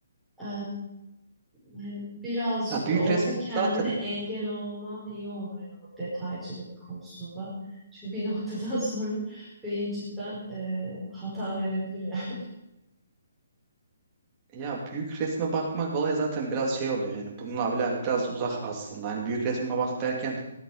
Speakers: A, in the centre; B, on the right.
A: Ee, hani birazcık
B: Ya büyük
A: da olsa
B: resme
A: kendine
B: zaten
A: engel olman iyi olur hani bu detaycılık konusunda. Çünkü bir noktadan <laughs> sonra beyin cidden e, hata verebilir yani.
B: ya büyük resme bakmak olay zaten biraz şey oluyor. Yani bununla alakalı biraz uzak aslında. Hani büyük resme bak derken